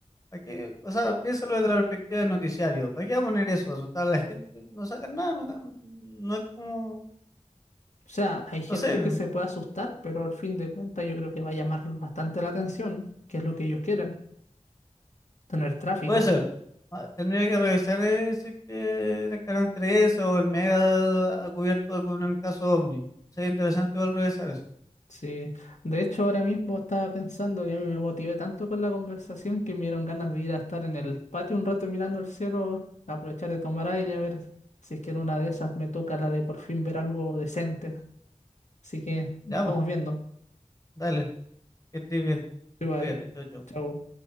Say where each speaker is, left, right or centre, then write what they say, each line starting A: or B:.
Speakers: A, on the left; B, on the left.
A: ¿para qué? O sea, piénsalo desde la perspectiva del noticiario. ¿Para qué va a poner eso? ¿Asustar a la gente? No sacan nada, no, ga- no es como,
B: O sea, hay gente
A: no sé,
B: que se puede asustar, pero al fin de cuentas yo creo que va a llamar bastante la atención, que es lo que ellos quieren, tener tráfico.
A: puede ser. Ah, Tendría que revisar eh, si es que en el canal 13 o el Mega ha cubierto algún caso OVNI. Sería interesante igual revisar eso.
B: Sí, de hecho ahora mismo estaba pensando que a mí me motivé tanto con la conversación que me dieron ganas de ir a estar en el patio un rato mirando el cielo, aprovechar de tomar aire, a ver si es que en una de esas me toca la de por fin ver algo decente. Así que nos
A: Ya,
B: estamos
A: vamos,
B: viendo.
A: dale, que estés bien.
B: Igual,
A: Cuídate, chao, chao.
B: chao.